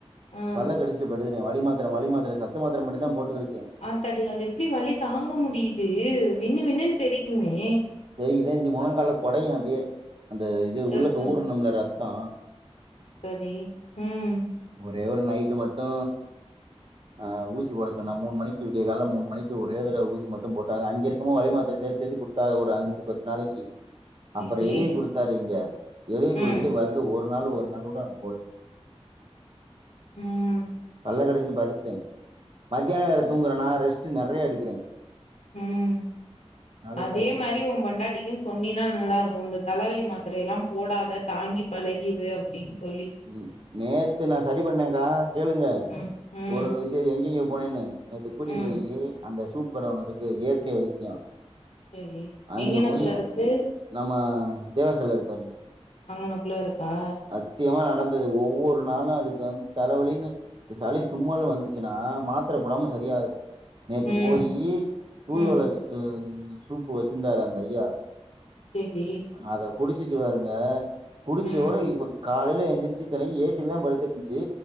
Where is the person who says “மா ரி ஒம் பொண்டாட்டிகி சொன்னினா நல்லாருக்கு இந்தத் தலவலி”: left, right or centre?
Left